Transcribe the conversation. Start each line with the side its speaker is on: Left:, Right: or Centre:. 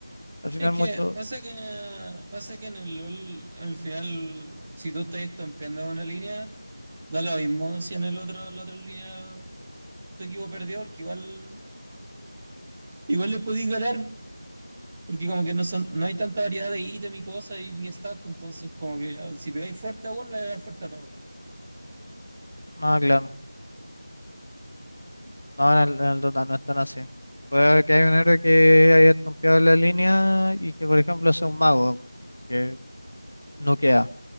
Left: al final
Right: Es
Left: mucho,
Right: que pasa que pasa que en el LOL, al final, si tú estás estompeando una línea, da lo mismo si en el otro, la otra línea tu equipo perdió, porque igual, igual le podéis ganar, porque como que no son, no hay tanta variedad de ítem y cosas y ni stat, entonces como que ah, si pegáis fuerte a uno, le pegáis fuerte a todos.
Left: nada claro. No, en el, en el Dota no es tan así. Puede que haya un héroe que haya estompeado en la línea y que, por ejemplo, sea un mago, que no queda